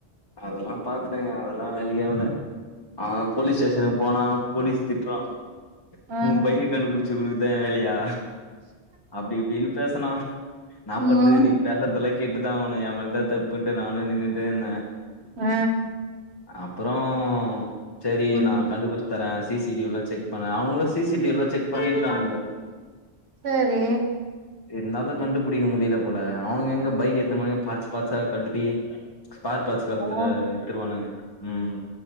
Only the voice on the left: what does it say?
அதெல்லா பாத்துட்டேங்க அதெல்லா வேலைக்கே ஆவல அ போலீஸ் ஸ்டேஷன் போனா போலீஸ் திட்றா
உ பைக்க கண்டுபிடிச்சு குடுக்குதா எ வேலையா அப்டி இப்டின்னு பேஸ்னா ன்னா பண்து
நீ பேசர்தெல்லா கேட்டுதா ஆவனு எ மேல்தா தப்புன்ட்டு நானு நின்னுடேருந்தே
அப்றோ சேரி
நா கண்டுபுச் தரே சி சி டிவி எல்லா செக் பண்ணே அவனுங்களு சி சி டிவி எல்லா செக் பண்ணிருக்கானுங்க
இருந்தாலு கண்டுபிடிக்க முடியல போல அவனுங்க எங்க பைக் எடுத்த மோதே பார்ட்ஸ் பார்ட்ஸா கழ்ட்டி ஸ்பார் பார்ட்ஸ் கலுத்துல
வித்துருவானுங்க ம்